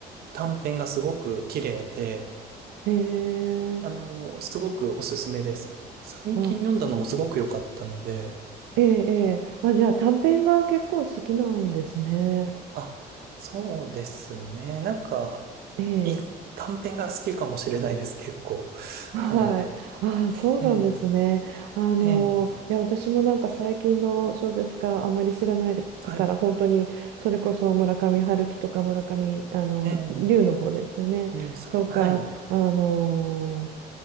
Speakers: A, on the right; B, on the right.
A: 短編がすごく綺麗で、
B: ええ
A: あの、すごくおすすめです。最近読んだのもすごく良かったので、
B: あ、ええええあ、じゃあ短編が結構好きなんですね。
A: あ、そうですね。なんか、
B: ええ
A: いい、短編が好きかもしれないです、結構。
B: <laughs> はい。
A: はい。
B: あ、そうなんですね。
A: ええ
B: あの、
A: ええ
B: いや、私もなんか最近の小説家あまり知らないから、
A: はい。
B: 本当にそれこそ村上春樹とか村上、あの、
A: ええ
B: 龍の方ですよね。
A: りゅうさん。
B: とか、
A: はい。
B: あの、